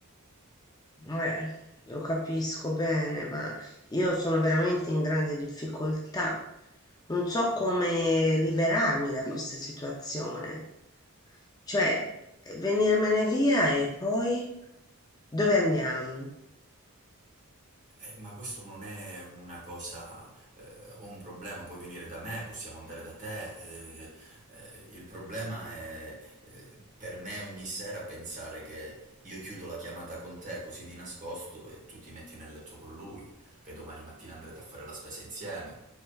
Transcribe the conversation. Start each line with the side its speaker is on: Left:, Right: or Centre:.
Left: Eh, lo capisco bene, ma io sono veramente in grande difficoltà. Non so come liberarmi da questa situazione. Cioè, eh, venirmene via e poi dove andiamo?
Right: Eh, ma questo non è una cosa eh, o un problema, puoi venire da me, possiamo andare da te. eh, eh, il problema è eh, per me ogni sera pensare che io chiudo la chiamata con te così di nascosto e tu ti metti nel letto con lui, che domani mattina andrete a fare la spesa insieme,